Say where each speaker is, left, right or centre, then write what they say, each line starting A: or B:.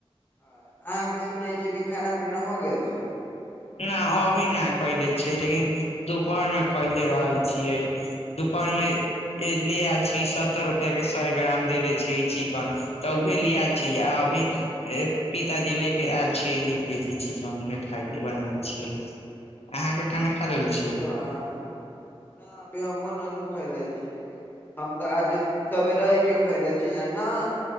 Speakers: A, on the left; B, on the left.
A: अहाँ के सुनै छियै कि खाना पीना हो गेल छै।
B: न अभी नहि खैले छियै, लेकिन दुपहर मे खैले रहै छियै। दुपहर मे ले आयल छी सत्तर रुपआ के सए ग्राम दे ले छीयई चिकन। तऽ उहे लिया छी आ अभी पिताजी ले के आयल छियै एक केजी चिकने उहे खै बनाल छैय, अहाँके खाना खा रहल छियै।
A: हॅ। न अभी हमहुँ ननु खैले छी हम तऽ आजे सबेरे ही के खयले छिय ना